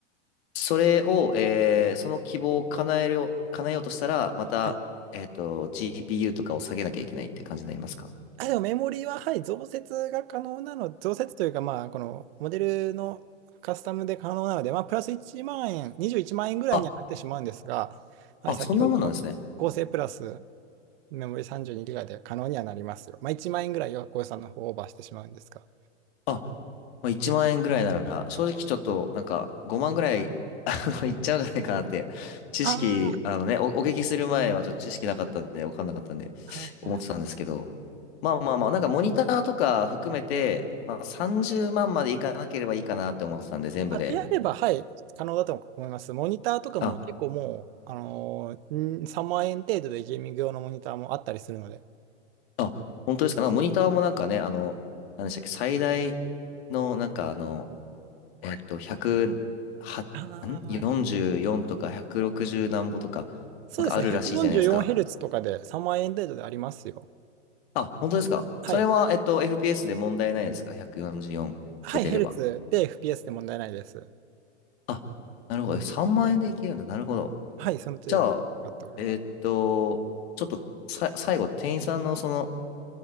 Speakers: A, on the left; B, on the right.
A: それを、えーその希望を叶えるよ、叶えようとしたら、また、
B: はい。
A: えっと、GPU とかを下げなきゃいけないって感じになりますか
B: あ、でもメモリーは、はい、増設が可能なの、増設というか、まあ、このモデルのカスタムで可能なので、まあ、プラス1万円、21万円ぐらいにはなってしまうんですが、
A: あ、
B: はい、
A: あ、
B: 先ほどの合成プラス
A: そんなもんなんですね。
B: メモリー3 2 g ガで可能にはなりますよ。まあ、1万円ぐらいはご予算の方をオーバーしてしまうんですが。
A: あ、まあ、1万円ぐらいなら、正直ちょっと、なんか、5万ぐらい、あの、いっちゃうんじゃないかなって、知識、
B: あ
A: あのね、お、お聞きする前はちょっと知識なかったんで、わかんなかったんで、
B: あ、はいはい
A: 思ってたんですけど、まあまあまあ、なんかモニターとか含めて、まあ、30万まんまでいかなければいいかなって思ってたんで、全部で。
B: あ、であれば、はい、可能だと思います。モニターとかも結構もう、
A: あ
B: あのー、ん3万円程度でゲーミング用のモニターもあったりするので。
A: あ、本当ですか。なんかモニターもなんかね、あの、何でしたっけ、最大のなんかあの、えっと、1は、
B: あ
A: ん ?44
B: あ、
A: とか160何歩とか、
B: そうですね、
A: なんかあるらしいじゃないですか。
B: 144Hz とかで3万円程度でありますよ。
A: あ、本当ですか。
B: はい。
A: それは、えっと、FPS で問題ないですか ?144
B: はい、
A: 出てれば。
B: ヘルツで FPS で問題ないです。
A: あ、なるほど。え3万円でいけるんだ。なるほど。
B: はい、その程度で使っております。
A: じゃあ、えっと、ちょっとさ、最後、店員さんのその、